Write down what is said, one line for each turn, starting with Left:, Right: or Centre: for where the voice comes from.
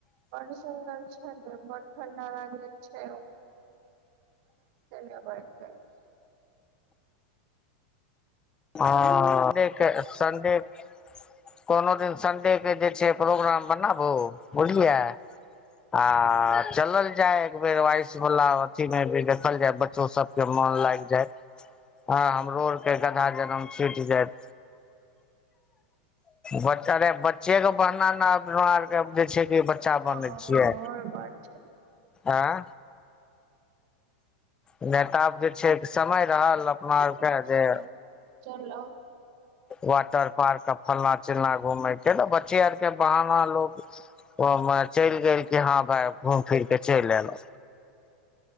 Right: बड सुन्दर छै ब ठण्डा लागे छै <inaudible> <inaudible>
Left: ह <inaudible> संडे
Right: छै
Left: के संडे के कोनो दिन सन्डे के जे छै प्रोग्राम बनाबू बुझलियै आ चलल जाय एक बेेर आइस वला अथी मे भी देखल जाय बच्चो सब के मन लाइग जायत हमरो आर के गधा जनम छूइट जैत बच्चरे बच्चे के पहना न अपना आरके जे छै चा बनै
Right: और
Left: <inaudible> छियै
Right: बैठे
Left: आँ नय तऽ आब जे छै समय रहल अपना आरके
Right: चलब
Left: जे
Right: चलब
Left: वाटर पार्क आ फल्ना चिलना घूमेय के ने बच्चे आर के बहाना लोको ओमे चइल गेल खिन हँ भाय घूम फिर के चलि एलो